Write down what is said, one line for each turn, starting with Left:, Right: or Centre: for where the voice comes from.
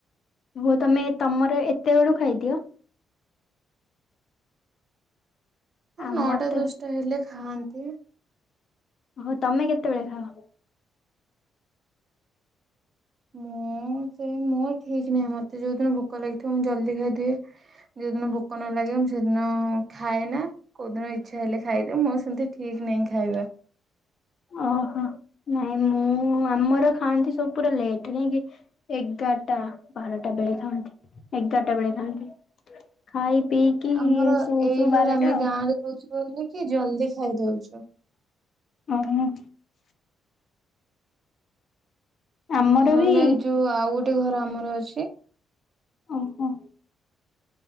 Left: ହୋ ତମେ ତମର ଏତେ ବଳୁ ଖାଇଦିଅ
Right: ହଁ
Left: ଆମର
Right: ନଅଟା
Left: ତ
Right: ଦଶଟା ହେଲେ ଖାଆନ୍ତି।
Left: ଓହୋ ତମେ କେତେବେଳେ ଖାଅ
Right: ମୁଁ ସେ ମୋର ଠିକ ନାହିଁ ମୋତେ ଯୋଉ ଦିନ ଭୋକ ଲାଗିଥିବ ମୁଁ ଜଲ୍ଦି ଖାଇଦିଏ ଯୋଉଁ ଦିନ ଭୋକ ନ ଲାଗେ ମୁଁ ସେଦିନ ଖାଏ ନାଁ କୋଉ ଦିନ ଇଚ୍ଛା ହେଲେ ଖାଇଦିଏ ମୋ ସେମିତି ଠିକ ନାହିଁ ଖାଇବା।
Left: ଓହୋ ନାଇଁ ମୁଁ ଆମର ଖାଆନ୍ତି ସବୁ ପୁରା ଲେଟ୍ ନାଇଁକ ଏଗାରଟା ବାରଟା ବେଳେ ଖାଆନ୍ତି ଏଗାରଟା ବେଳେ ଖାଆନ୍ତି ଖାଇ ପିଇକି
Right: ଆମର
Left: ଶୋଉ
Right: ଏଇ
Left: ଶୋଉ ବାରଟା
Right: ଘରେ ଆମେ
Left: ଆଉ
Right: ଗାଁ ରେ ରହୁଛୁ ବୋଲି କି ଜଲଦି ଖାଇଦଉଛୁ।
Left: ଓ ହୋ ଆମର
Right: ଉଁ ନହେଲେ
Left: ବି
Right: ଯୋଉ ଆଉ ଗୋଟେ ଘର ଆମର ଅଛି।
Left: ଓହୋ।